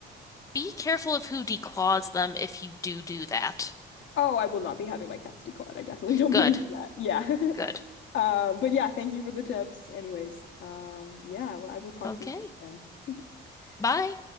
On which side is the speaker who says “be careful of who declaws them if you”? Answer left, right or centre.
Left